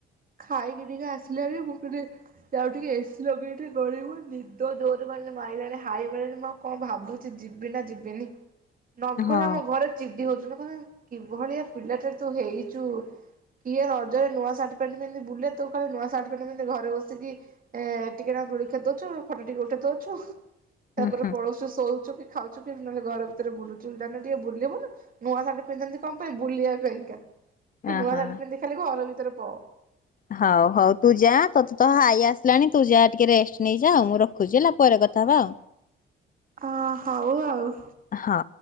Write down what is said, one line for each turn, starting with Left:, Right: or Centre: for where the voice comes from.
Right: ଖାଇକି ଟିକେ ଆସିଲି ହାରି ମୁଁ କଲି ଯାଉ ଟିକେ ଏସି ଲଗେଇକି ଟିକେ ଗଡିବି ନିଦ ଜୋରରେ ମାନେ ମାଇଲାଣି ହାଇ ମାଇଲାଣି ମୁଁ ଆଉ କଁ ଭାବୁଛି ଯି ଯିବି ନା ଯିବିନି ନଗଲେ
Left: ହଁ
Right: ଆମ ଘରେ ଚିଡି ହଉଚନ୍ତି କହୁଚନ୍ତି କିଭଳିଆ ପିଲା ଟେ ତୁ ହେଇଚୁ। କିଏ ରଜରେ ନୂଆ ସାର୍ଟ ପ୍ୟାଣ୍ଟ ପିନ୍ଧି ବୁଲେ ତୁ ଖାଲି ନୂଆ ସାର୍ଟ ପ୍ୟାଣ୍ଟ ପିନ୍ଧି ଘରେ ବସିକି ଏ ଟିକେ ନାକୁ ଦୋଳି ଖେଦଉଛୁ ଫଟ ଟିକେ ଉଠେଇ ଦଉଛୁ ତାପରେ
Left: ଉଁ ହୁଁ।
Right: ପଳଶୁ ଶୋଉଚୁ। ଖାଉଛୁ କି ନହେଲେ ଘର ଭିତରେ ବୁଲୁଚୁ ଯାନଟିକେ ବୁଲିବୁନୁ। ନୂଆ ଶାର୍ଟ ପିନ୍ଧନ୍ତି କଁ ପାଇଁ ବୁଲିବା ପାଇଁ କା। ତୁ
Left: ଓହୋ
Right: ନୂଆ ଶାଢୀ ପିନ୍ଧି ଖାଲି ଘର ଭିତରେ ପଅ।
Left: ହଉ ହଉ ତୁ ଯା ତ ତୋ ହାଇ ଆସିଲାଣି ତୁ ଯାଆ ଟିକେ ରେଷ୍ଟ ନେଇଯା ମୁଁ ରଖୁଛି ହେଲା ପରେ କଥା ହବା ଆଉ।
Right: ଅ ହଉ ଆଉ।
Left: ହ।